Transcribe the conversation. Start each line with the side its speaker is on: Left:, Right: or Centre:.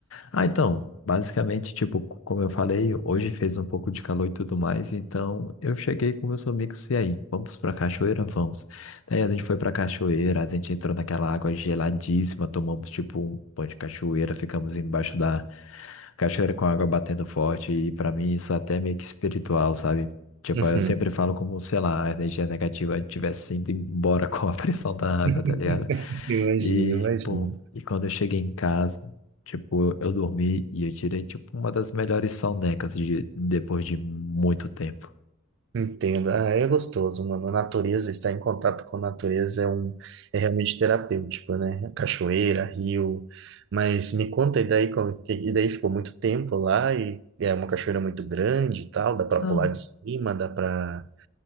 Left: Ah, então, basicamente, tipo, como eu falei, hoje fez um pouco de calor e tudo mais, então eu cheguei com meus amigos e aí, vamos pra cachoeira? Vamos. Daí a gente foi pra cachoeira, a gente entrou naquela água geladíssima, tomamos tipo um pão de cachoeira, ficamos embaixo da cachoeira com a água batendo forte, e pra mim isso é até meio que espiritual, sabe? Tipo,
Right: Uhum.
Left: eu sempre falo como, sei lá, a energia negativa estivesse indo embora <laughs> com a pressão da água,
Right: <laughs>
Left: tá ligado?
Right: Imagino,
Left: E,
Right: imagino.
Left: pô, e quando eu cheguei em casa, Tipo, eu, eu dormi e eu tirei, tipo, uma das melhores sonecas de, depois de muito tempo.
Right: Entendo. Ah, é gostoso, mano. A natureza, estar em contato com a natureza é um, é realmente terapêutico, né? Cachoeira, rio. Mas me conta, e daí, como, e daí ficou muito tempo lá e é uma cachoeira muito grande e tal, dá pra
Left: Não.
Right: pular de cima, dá pra,